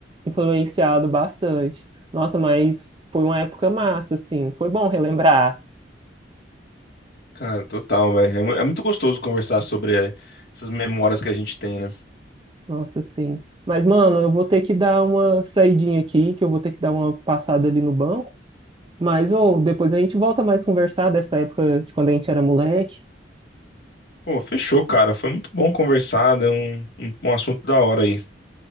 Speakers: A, on the right; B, on the left.
A: influenciado bastante. Nossa, mas foi uma época massa, assim, foi bom relembrar,
B: Cara, total, velho. É mu- é muito gostoso conversar sobre eh, essas memórias que a gente tem, né?
A: nossa, sim Mas, mano, eu vou ter que dar uma saidinha aqui, que eu vou ter que dar uma passada ali no banco, mas, ou, depois a gente volta mais conversar dessa época de quando a gente era moleque.
B: Pô, fechou, cara. Foi muito bom conversar, deu um, um um assunto da hora aí.